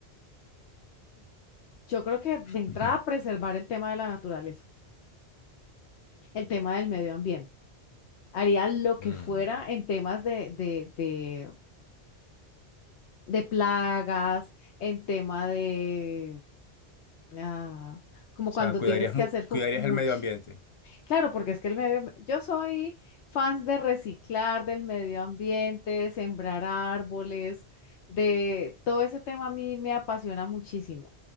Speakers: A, on the left; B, on the left.
A: Yo creo que de
B: <laughs>
A: entrada
B: Ujú.
A: preservar el tema de la naturaleza. el tema del medio ambiente. Haría lo que
B: Mm.
A: fuera en temas de, de, de, de plagas, en tema de, ah, como
B: O sea,
A: cuando
B: cuidarías,
A: tienes que
B: mu-
A: hacer fu-
B: cuidarías
A: mucho.
B: el medio ambiente.
A: Claro, porque es que el medio, yo soy fans de reciclar, del medio ambiente, de sembrar árboles, de todo ese tema a mí me apasiona muchísimo.